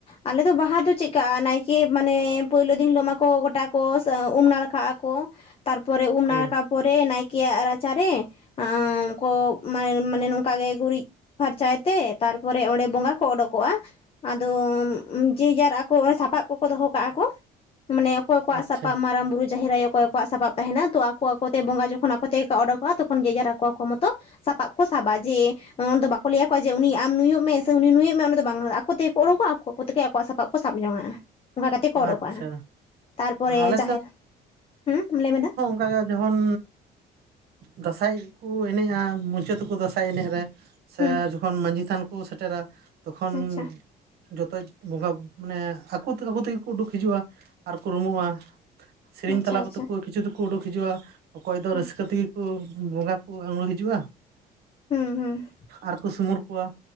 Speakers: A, on the left; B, on the right.
A: ᱟᱞᱮ ᱫᱚ ᱵᱟᱦᱟ ᱫᱚ ᱪᱮᱜᱠᱟ, ᱱᱟᱭᱠᱮ ᱢᱟᱱᱮ ᱯᱳᱭᱞᱳ ᱫᱤᱱ ᱦᱤᱞᱳᱜ ᱢᱟᱠᱚ ᱜᱚᱴᱟ ᱠᱚ ᱥᱟ ᱩᱢ ᱱᱟᱲᱠᱟᱜ-ᱟ ᱠᱚ᱾ ᱛᱟᱨᱯᱚᱨᱮ ᱩᱢ
B: ᱦᱳᱭ
A: ᱱᱟᱲᱠᱟ ᱯᱚᱨᱮ ᱱᱟᱭᱠᱮᱭᱟᱜ ᱨᱟᱪᱟᱨᱮ ᱟᱸ ᱠᱚ ᱢᱟᱱᱮ ᱢᱟᱱᱮ ᱱᱚᱝᱠᱟ ᱜᱮ ᱜᱩᱨᱤᱡ ᱯᱷᱟᱨᱪᱟᱭ ᱛᱮ ᱛᱟᱨᱯᱚᱨᱮ ᱚᱲᱮ ᱵᱚᱸᱜᱟ ᱠᱚ ᱚᱰᱳᱠᱚᱜ-ᱟ᱾ ᱟᱫᱚ ᱡᱮᱡᱟᱨ ᱟᱠᱚ ᱚᱱᱮ ᱥᱟᱯᱟᱵ ᱠᱚᱠᱚ ᱫᱚᱦᱚ ᱠᱟᱜ-ᱟ ᱠᱚ, ᱢᱟᱱᱮ ᱚᱠᱚᱭ ᱠᱚᱣᱟᱜ
B: ᱟᱪᱪᱷᱟ
A: ᱥᱟᱯᱟᱯ ᱢᱟᱨᱟᱝ ᱵᱩᱨᱩ ᱡᱟᱦᱮᱨ ᱟᱭᱳ ᱚᱠᱚᱭ ᱟᱠᱚᱣᱟᱜ ᱥᱟᱯᱟᱵ ᱛᱟᱦᱮᱱᱟ ᱛᱚ ᱟᱠᱚ ᱟᱠᱚᱛᱮ ᱵᱚᱸᱜᱟ ᱡᱚᱠᱷᱚᱱ ᱟᱠᱚ ᱛᱮᱜᱮ ᱠᱚ ᱚᱰᱳᱠᱚᱜ-ᱟ ᱛᱚᱠᱷᱚᱱ ᱡᱮᱡᱟᱨ ᱟᱠᱚ ᱟᱠᱚ ᱢᱚᱛᱚ ᱥᱟᱯᱟᱵ ᱠᱚ ᱥᱟᱵᱟ ᱡᱮ ᱩᱱᱫᱚ ᱵᱟᱠᱚ ᱞᱮᱭᱟᱠᱚᱣᱟ ᱡᱮ ᱩᱱᱤᱭᱟᱜ ᱟᱢ ᱱᱩᱭᱩᱜ ᱢᱮ ᱥᱮ ᱩᱱᱤ ᱱᱩᱭᱩᱜ ᱢᱮ ᱚᱱᱟ ᱫᱚ ᱵᱟᱝ ᱚᱱᱟᱫᱚ ᱟᱠᱚ ᱛᱮᱜᱮ ᱠᱚ ᱚᱲᱳᱠᱚᱜ-ᱟ, ᱟᱠᱚ ᱟᱠᱚ ᱛᱮᱜᱮ ᱟᱠᱚᱣᱟᱜ ᱥᱟᱯᱟᱵ ᱠᱚ ᱥᱟᱵ ᱡᱚᱧᱟᱜ-ᱟ᱾ ᱚᱝᱠᱟ ᱠᱟᱛᱮᱜ ᱜᱮ ᱠᱚ ᱚᱰᱳᱠᱚᱜ-ᱟ
B: ᱟᱪᱪᱷᱟ
A: ᱦᱟᱸᱜ ᱛᱟᱨᱯᱚᱨᱮ
B: ᱟᱞᱮ
A: ᱡᱟᱦᱮᱨ ᱦᱩᱸ ᱞᱮᱭᱢᱮ ᱫᱟ᱾
B: ᱠᱟᱜᱮ ᱡᱚᱢᱚᱱ ᱫᱟᱸᱥᱟᱭ ᱠᱩ ᱮᱱᱮᱡ-ᱟ, ᱢᱩᱪᱟᱹᱫᱟᱠᱩ ᱫᱟᱸᱥᱟᱭ ᱮᱱᱮᱡ ᱨᱮ᱾ ᱥᱮ
A: ᱦᱩᱸ
B: ᱡᱚᱠᱷᱚᱱ ᱢᱟᱺᱡᱷᱤ ᱛᱷᱟᱱ ᱠᱩ ᱥᱮᱴᱮᱨᱟ ᱛᱚᱠᱷᱚᱱ
A: ᱟᱪᱪᱷᱟ
B: ᱡᱚᱛᱚᱡ ᱵᱚᱸᱜᱟ ᱢᱟᱱᱮ ᱟᱠᱚ ᱛᱮᱠᱚ ᱟᱠᱚ ᱛᱮᱜᱮ ᱠᱚ ᱩᱰᱩᱠ ᱦᱤᱡᱩᱜ-ᱟ ᱟᱨᱠᱚ ᱨᱩᱢᱩᱜ-ᱟ᱾ ᱥᱤᱨᱤᱧ
A: ᱟᱪᱪᱷᱟ
B: ᱛᱟᱞᱟ
A: ᱟᱪᱪᱷᱟ
B: ᱠᱚᱛᱮ ᱠᱚ ᱠᱤᱪᱷᱩ ᱫᱚᱠᱚ ᱩᱰᱩᱠ ᱦᱤᱡᱩᱜ-ᱟ, ᱚᱠᱚᱭ ᱫᱚ
A: ᱟᱪᱪᱷᱟ
B: ᱨᱟᱹᱥᱠᱟᱹ ᱛᱤᱜᱤ᱾ ᱠᱩ ᱵᱚᱸᱜᱟ ᱠᱩ ᱚᱸᱰᱳᱜ ᱦᱤᱡᱩᱜ-ᱟ᱾
A: ᱦᱩᱸ ᱦᱩᱸ᱾
B: ᱟᱨᱠᱩ ᱥᱩᱢᱩᱨ ᱠᱚᱣᱟ,